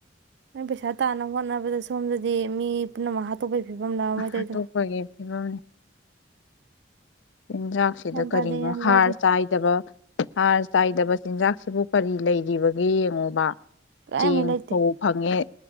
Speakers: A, on the right (about 65°); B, on the left (about 80°).
A: ꯅꯣꯏ ꯄꯩꯁꯥ ꯇꯥꯟꯅꯕ ꯍꯣꯠꯅꯕꯗ ꯁꯣꯝꯗꯗꯤ ꯃꯤ ꯄꯨꯝꯅꯃꯛ ꯍꯥꯠꯇꯣꯛꯄꯩ ꯐꯤꯕꯝ ꯂꯥꯛꯑ ꯃꯣꯏꯗꯩꯗꯣ
B: ꯍꯥꯠꯇꯣꯞꯄꯒꯤ ꯐꯤꯕꯝꯅꯤ ꯆꯤꯟꯖꯥꯛꯁꯤꯗ
A: ꯒ꯭ꯌꯥꯟ
B: ꯀꯔꯤꯅꯣ
A: ꯇꯥꯗꯦ ꯒ꯭ꯌꯥꯟ
B: ꯍꯥꯔ
A: ꯇꯥꯗꯦ
B: ꯆꯥꯏꯗꯕ ꯍꯥꯔ ꯆꯥꯏꯗꯕ ꯆꯤꯟꯖꯥꯛꯁꯤꯕꯨ ꯀꯔꯤ ꯂꯩꯔꯤꯕꯒꯦ ꯌꯦꯡꯉꯣꯕ
A: ꯀꯔꯤꯝ
B: ꯆꯦꯡ
A: ꯂꯩꯇꯦ
B: ꯐꯧ ꯐꯪꯉꯦ